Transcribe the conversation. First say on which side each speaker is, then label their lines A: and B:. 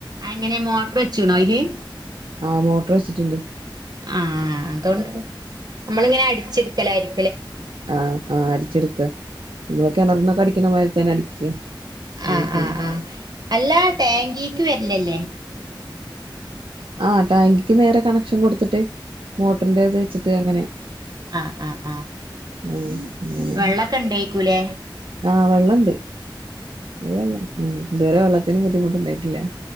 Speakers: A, on the right; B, on the right.
A: അഎങ്ങനെ മോട്ട്ർ വച്ചൂണോ അയില്.
B: ആഹ് മോട്ട്ർ വെച്ച്ട്ട്ണ്ട്.
A: ആഹ് അതോണ്ട് നമ്മളിങ്ങനെ അടിച്ച്ട്ക്കലായിരി
B: ആഹ് ആഹ് അടിച്ച്ട്ക്ക മ്മള് കെണറിന്നൊക്കെ അടിക്ക്ണമാര്ത്തന്നെ അടിക്ക. അങ്ങനെ
A: ആ
B: തന്നെ
A: ആ ആ അല്ല ടാങ്കിക്ക് വര്ലല്ലെ?
B: ആഹ് ടാങ്കിക്ക് നേരെ കണക്ഷൻ കൊട്ത്തിട്ട് മോട്ടറിന്റെത് വെച്ചിട്ട് അങ്ങനെ.
A: ആ ആ ആ
B: ആഹ് അങ്ങനെ
A: വെള്ളൊക്കെ ണ്ടെക്കുലെ?
B: ആഹ് വെള്ളംണ്ട്. <unintelligible> ഉം ഇത് വരെ വെള്ളത്തിന് ബുദ്ധിമുട്ട്ണ്ടായിട്ടില്ല.